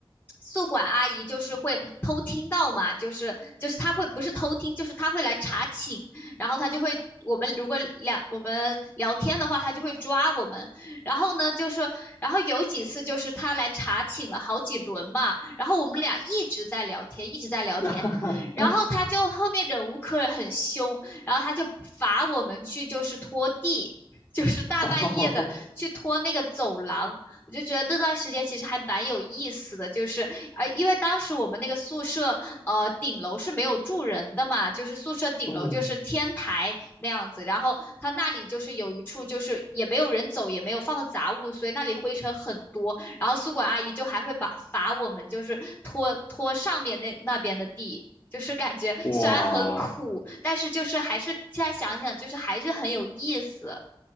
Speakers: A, on the left; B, on the left.
A: 宿管阿姨就是会偷听到嘛，就是就是她会不是偷听，就是她会来查寝，然后她就会我们如果两我们聊天的话，她就会抓我们。然后呢，就是然后有几次就是她来查寝了好几轮嘛，然后我们俩一直在聊天，一直在聊天，
B: <laughs>
A: 然后他就后面忍无可忍，很凶，然后他就罚我们去就是拖地，<laughs> 就是大半夜的去拖那个走廊。
B: <laughs> 哦，
A: 我就觉得那段时间其实还蛮有意思的，就是呃，因为当时我们那个宿舍呃顶楼是没有住人的嘛，就是宿舍顶楼就是天台那样子，
B: 嗯，
A: 然后他那里就是有一处就是也没有人走，也没有放的杂物，所以那里灰尘很多。然后宿管阿姨就还会把罚我们就是拖拖上面那那边的地，就是感觉虽然很苦，
B: 哇，
A: 但是就是还是现在想想，就是还是很有意思。